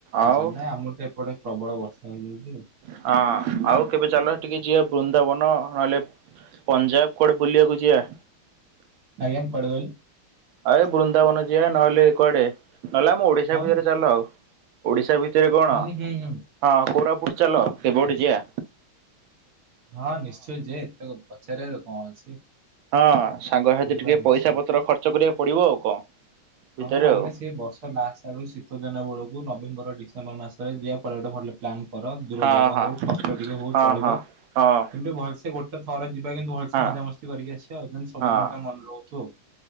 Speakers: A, on the right; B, on the right.
A: ଆଉ
B: ବୁଝିଲ ନାଇଁ ଆମର ତ ଏପଟେ ପ୍ରବଳ ବର୍ଷା ହେଇଯାଇଚି ଆଉ।
A: ହଁ ଆଉ କେବେ ଚାଲ ହେଟିକି ଯିିବା ବୃନ୍ଦାବନ ନହେଲେ ପଞ୍ଜାବ କୁଆଡେ ବୁଲିବାକୁ ଯିବା।
B: <unintelligible>
A: ଆ ଏ ବୃନ୍ଦାବନ ଯିଆ ନହେଲେ କୁଆଡେ ନହେଲେ ଆମ ଓଡିଶା
B: ହଁ
A: ଭିତରେ ଚାଲ ଆଉ ଓଡିଶା ଭିତ ତରେ କଣ
B: ହୁଁ ହୁଁ ହୁଁ।
A: ହଁ କୋରାପୁଟ ଚାଲ କେବେ ଗୋଟେ ଯିଆ।
B: ହଁ ନିଶ୍ଚୟ ଯେ ତାକୁ ପଚାରେ ଆଗ କଣ ଅଛି।
A: ହଁ ସାଙ୍ଗସାଥିରେ
B: ଯିବା
A: ଟିକେ
B: ନିଶ୍ଚୟ
A: ପଇସା ପତ୍ର ଖର୍ଚ୍ଚ କରିବାକୁ ପଡିବ ଆଉ କଣ। ଭିତରେ
B: ହଁ ଆମେ
A: ଆଉ
B: ସେଇ ବର୍ଷ ଲାଷ୍ଟ ଆଡୁ ଶୀତ ଦିନ ବେଳକୁ ନବମ୍ବର ଡିସେମ୍ବର ମାସରେ ଯିବା ପ ଗୋଟେ ଭଲ ପ୍ଲନ୍ କର ଦୂର
A: ହଁ
B: ଜାଗା
A: ହଁ।
B: ହୋଉ ଖର୍ଚ୍ଚ ଟିକେ ହୋଉ
A: ହଁ
B: ଚଳିବ।
A: ହଁ ହଁ
B: କିନ୍ତୁ ଭଲସେ ଗୋଟେ ଥରେ ଯିବା କିନ୍ତୁ ଭଲସେ
A: ହଁ
B: ମଜାମସ୍ତି କରିକି ଆସିବା। ଯେନ୍ତି ସବୁଦିନ
A: ହଁ।
B: ପାଇଁ ଭଲ ହୋହୁଥିବ ଆଉ।